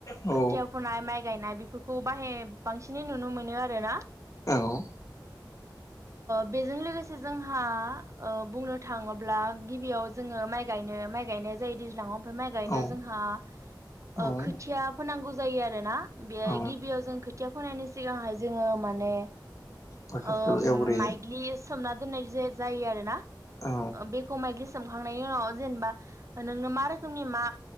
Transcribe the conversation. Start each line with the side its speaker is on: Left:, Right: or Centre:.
Left: औ
Right: खोथिया फोनाय माइ गायनाय बेफोरखौ <inaudible> बांसिनै नुनो मोनो आरो ना
Left: औ
Right: बेजों लोगोसे जोंहा बुंनो थाङोब्ला गिबियाव जोङो माइ गायनो माइ गायनाय जायो दैज्लांआव माय गायनायाव
Left: औ
Right: जोंहा ओ
Left: औ
Right: खोथिया फोनांगौ जायो आरोना
Left: औ
Right: गिबियाव खोथिया फोनायनि सिगांहाय जोङो माने
Left: फोथारखौ
Right: ओम
Left: एवग्रोयो
Right: माइगलि सोमना दोननाय जायो आरो ना?
Left: औ
Right: ओ बेखौ माइलि खांनायनि उनाव जेनेबा नोंनो मा रोखनि मा